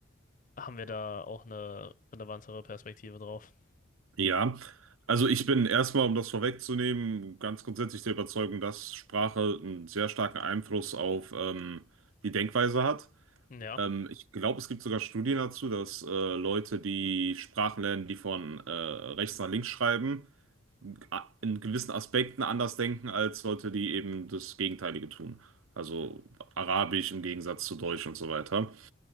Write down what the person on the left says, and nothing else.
haben wir da auch eine relevantere Perspektive drauf.
Ja.